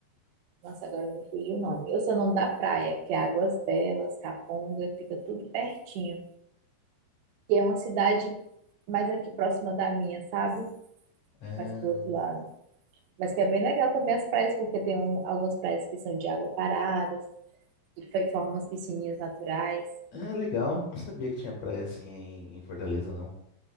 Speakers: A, on the right (about 75°); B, on the left (about 50°).
A: Nossa, agora me fugiu o nome. Eu sei o nome da praia, que é Águas Belas, Caponga, fica tudo pertinho. Que é uma cidade mais aqui próxima da minha, sabe?
B: Ah,
A: Mais pro outro lado. Mas que é bem legal também as praias, porque tem um- algumas praias que são de água parada, que fe- formam as piscininhas naturais.
B: ah, legal. Não sabia que tinha praia assim em em Fortaleza, não.